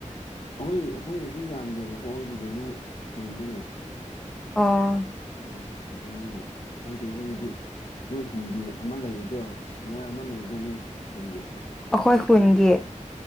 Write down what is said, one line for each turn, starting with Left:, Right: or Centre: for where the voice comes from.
Left: ꯑꯩꯈꯣꯏ ꯑꯩꯈꯣꯏꯗꯗꯤ ꯌꯥꯝꯗꯦꯕꯀꯣ ꯑꯩꯈꯣꯏꯗꯤ ꯖꯦꯅꯔꯦꯜ ꯆꯤꯡꯕꯒꯤ
Centre: ꯑꯣ
Left: ꯑꯗꯨ ꯑꯗꯨꯅꯤꯅ ꯍꯥꯏꯗꯤ ꯑꯈꯣꯏꯗꯤ ꯅꯣꯏ ꯈꯨꯟꯒꯤ ꯑꯃ ꯂꯩꯕꯗꯣ ꯁꯤꯅꯤꯌꯥꯔ ꯑꯃ ꯂꯩꯕꯗꯣ ꯅꯣꯏ ꯀꯟꯒꯤ
Centre: ꯑꯩꯈꯣꯏ ꯈꯨꯟꯒꯤ